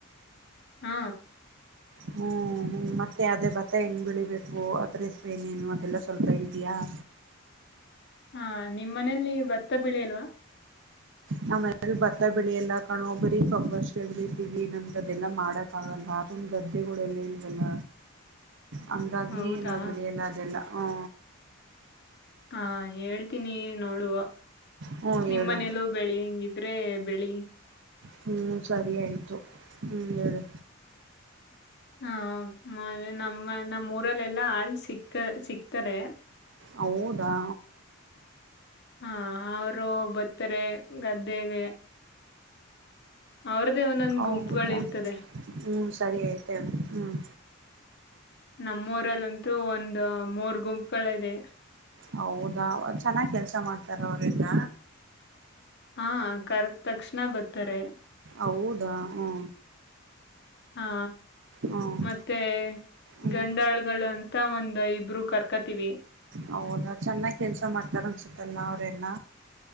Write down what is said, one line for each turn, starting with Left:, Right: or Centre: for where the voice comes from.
Left: ಹಾ
Right: ಹ್ಮ್ ಮತ್ತೆ ಅದೇ ಭತ್ತ ಹೆಂಗೆ ಬೆಳಿಬೇಕು ಅದರ್ ಹೆಸರ್ ಏನೇನು ಅದೆಲ್ಲ ಸ್ವಲ್ಪ ಹೇಳತಿಯ ಹಾ
Left: ಹಾ ನಿಮ್ ಮನೇಲಿ ಭತ್ತ ಬೆಳಿಲ್ವಾ
Right: ನಮ್ಮಲಿ ಭತ್ತ ಬೆಳಿ ಯಲ್ಲ ಕಣೊ ಬರಿ ಕಬ್ಬು ಅಷ್ಟೆ ಬೆಳಿತೀವಿ ಏಂನ್ದ್ರ ಅದೆಲ್ಲ ಮಾಡಕ್ ಆಗಲ್ಲ ನಮ್ಮ ಗದ್ದೆಗಳ ಎಲ್ಲೆವನ್ ಹಂಗಾಗಿ
Left: ಹೌದಾ
Right: ನಾವ್ ಬೇಳಿಯಲ್ಲ ಅದನ್ನ ಹ
Left: ಹಾ ಹೇಳ್ತೀನಿ ನೋಡುವ
Right: ಹ್ಞೂ
Left: ನಿಮ್ಮ
Right: ಹೇಳು
Left: ಮನೇಲ್ಲೂ ಬೆಳಿಂಗಿದ್ರೆ. ಬೆಳಿ
Right: ಹ್ಮ್ ಸರಿ ಆಯ್ತು ಹ್ಮ್ ಹೇಳು
Left: ಹಾ ಮೆ ನಮ್ಮ ನಮ್ಮ್ ಊರಲ್ಲೆಲ್ಲಾ ಆಳ್ ಸಿಕ್ಕ ಸಿಕ್ತಾರೆ
Right: ಹೌದಾ
Left: ಹಾ ಅವರು ಭತ್ತರೆ ಗದ್ದೆಗೆ ಅವ್ರದೇ ಒಂದೊಂದ್
Right: ಹೌದಾ
Left: ಗುಂಪುಗಳು ಇರ್ತದೆ
Right: ಹ್ಮ್ ಸರಿ ಆಐತೆ ಹ್ಮ್
Left: ನಮ್ಮೂರಲ್ಲಂತೂ ಒಂದ ಮೂರ್ ಗುಂಪುಗಳ ಇದೆ
Right: ಹೌದಾ ಚೆನ್ನಾಗ್ ಕೆಲ್ಸ ಮಾಡ್ತಾರ ಅವ್ರಲ್ಲ
Left: ಹಾ ಕರೆದ ತಕ್ಷಣ ಬರ್ತಾರೆ.
Right: ಹೌದಾ ಹ್ಮ
Left: ಹಾ
Right: ಹ್ಮ್
Left: ಮತ್ತೆ
Right: ಹ್ಮ್
Left: ಗಂಡಾಳ್ಗಳು ಅಂತ ಒಂದ ಇಬ್ರು ಕರ್ಕತಿವಿ
Right: ಹೌದಾ ಚೆನ್ನಾಗಿ ಕೆಲಸ ಮಾಡ್ತಾರೆ ಅನ್ಸುತ್ತಲ್ಲ ಅವರೆಲ್ಲ.